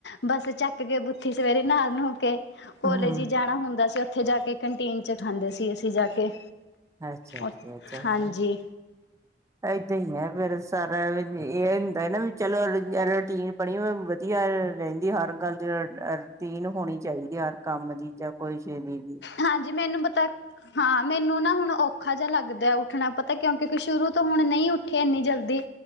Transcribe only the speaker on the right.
ਹੂੰ,
ਅੱਛਾ ਜੀ,
ਅੱਛਾ।
ਏਦਾਂ ਹੀ ਆ ਫੇਰ, ਸਾਰਾ ਇਹ ਹੁੰਦਾ ਨਾ ਵੀ, ਚਲੋ ਰੁਟੀਨ ਬਣੀ ਹੋਈ ਵਧੀਆ ਰਹਿੰਦੀ, ਹਰ ਗੱਲ ਦੀ ਰੂਟੀਨ ਹੋਣੀ ਚਾਹੀਦੀ ਹਰ ਕੰਮ ਦੀ, ਜਾਂ ਕੋਈ ਸ਼ੇ ਦੀ ਜ